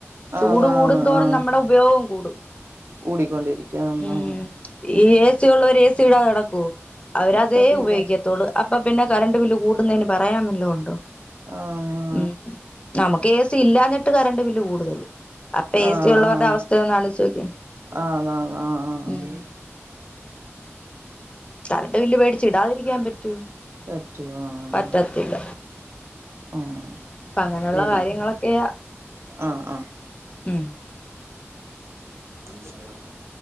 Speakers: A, on the right (about 60°); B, on the left (about 25°).
A: ആഹ്
B: ചൂട്കൂടും
A: ആഹ്
B: തോറും
A: ആഹ്
B: നമ്മുടെ ഉപയോഗം കൂടും
A: കൂടിക്കൊണ്ടിരിക്കാന്ന്
B: ഉം ഈ എ സി ഉള്ളവര് എ സി ഇടാതെ കെടക്കോ അവരതേ
A: കിടക്കത്തില്ല
B: ഉപയോഗിക്ക ത്തൊള്ളൂ അപ്പൊ പിന്നെ കറണ്ട് ബില്ല് കൂടുന്നതിന് പറയാൻ വല്ലോ ഉണ്ടോ
A: ആഹ് വ
B: ഉം നമക്ക് ഏസി ഇല്ലാഞ്ഞിട്ട് കറണ്ട് ബില്ല് കൂടുതല് അപ്പെ
A: ആഹ്
B: ഏ സി ഉള്ളവരുടെ
A: ആഹ്
B: അവസ്ഥ ഒന്ന് ആലോചിച്ച് നോക്ക്യേ
A: ആന്ന് ആന്ന് ആഹ് ആഹ്
B: ഉം. കരണ്ട് ബില്ല് പേടിച്ച് ഇടാതിരിക്കാൻ പറ്റോ
A: പറ്റു ആഹ്
B: പറ്റത്തില്ല
A: ആഹ്
B: അപ്പൊ അങ്ങനെയുള്ള
A: ശരി,
B: കാര്യങ്ങളൊക്കെയാ
A: ആഹ് ആഹ്
B: ഉം
A: <unintelligible>